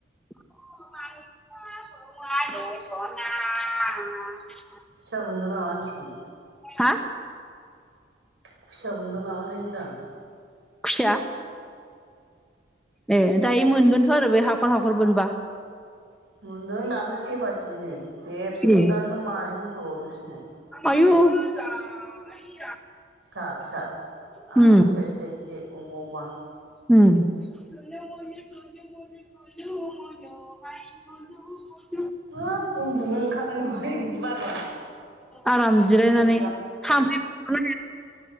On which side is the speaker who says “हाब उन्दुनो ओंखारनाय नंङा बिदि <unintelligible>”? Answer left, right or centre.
Right